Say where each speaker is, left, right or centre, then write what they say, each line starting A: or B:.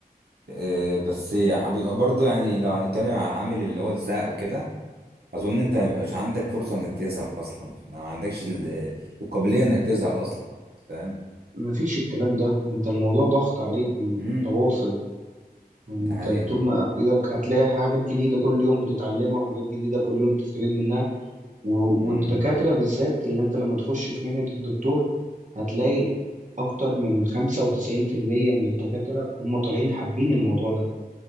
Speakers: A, on the right; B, on the right.
A: أه بس يع- بيبقى برضه يعني لو هنتكلم على العامل اللي هو الزهق وكده اظن انت ما بيبقاش عندك فرصه انك تزهق اصلا ما عندكش ال- القابليه انك تزهق اصلا فاهم
B: مفيش الكلام ده انت الموضوع ضغط عليك متواصل
A: امم
B: انت
A: ده حقيقه
B: طول ما ايدك هتلاقي حاجات جديدة كل يوم بتتعلمها وحاجات جديدة كل يوم بتستفيد منها و-
A: امم
B: والدكاترة بالذات اللي انت لما تخش في مهنة الدكتور هتلاقي اكتر من 95% من الدكاترة هم طالعين حابين الموضوع ده